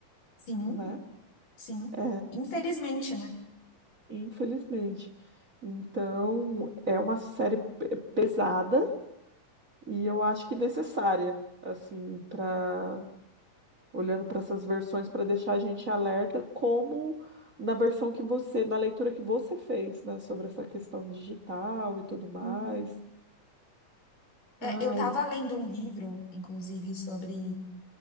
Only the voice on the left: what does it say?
Sim,
sim.
Infelizmente, né?
Hum. É,
eu tava lendo um livro, inclusive, sobre